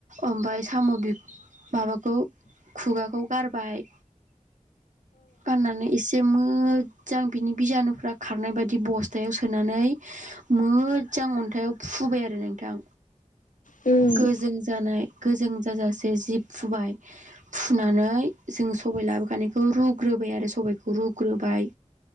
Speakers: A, on the right (about 75°); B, on the left (about 85°).
A: ओमफाय साम' माबाखौ खुगाखौ गारबाय गाननानै एसे मोजां बिनि बिजानुफ्रा खारनाय बायदि बस्थायाव सोनानै मोजां अन्थाइयाव फुबाय आरो नोंथां।
B: उम औ उम
A: गोजों जानाय गोजों जाजासे जि फुबाय। फुनानै जों सबाय लाबोखानायखौ रुग्रोबाय आरो सबायखौ रुग्रोबाय।